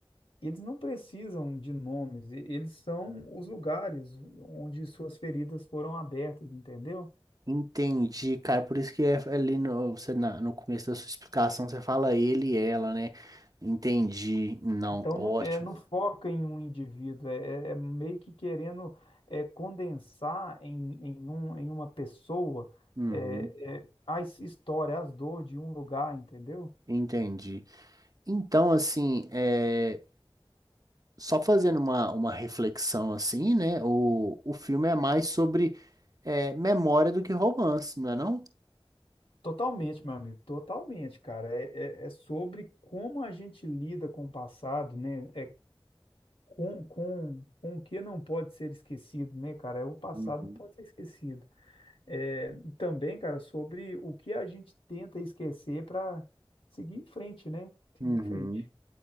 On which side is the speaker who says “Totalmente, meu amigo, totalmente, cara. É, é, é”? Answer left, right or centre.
Left